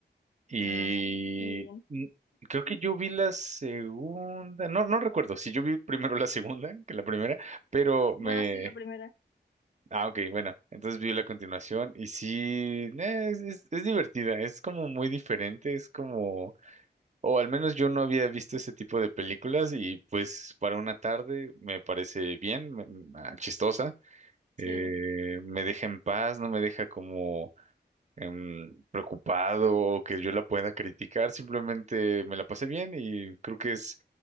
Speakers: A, on the right (about 40°); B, on the left (about 90°).
A: Y
B: Ah, muy bien.
A: mm, creo que yo vi la segunda. No, no recuerdo si yo vi primero la segunda que la primera, pero me,
B: No, sí, la primera.
A: Ah, ok, bueno, entonces vi la continuación y sí, eh, es, es- es divertida, es como muy diferente, es como, o al menos yo no había visto ese tipo de películas y pues para una tarde me parece bien, me- ah, chistosa,
B: Sí,
A: eh, me deja en paz, no me deja como em, preocupado o que yo la pueda criticar, simplemente me la pasé bien y creo que es,